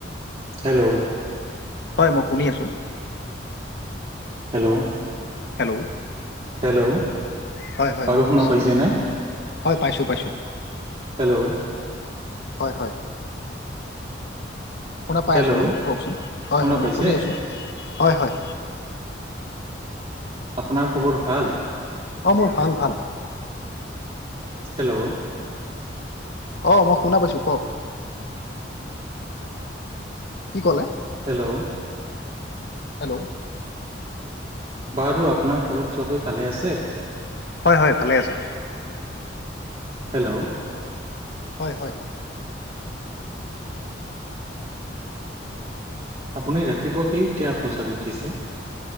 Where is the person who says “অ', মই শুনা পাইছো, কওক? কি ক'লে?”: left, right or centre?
Left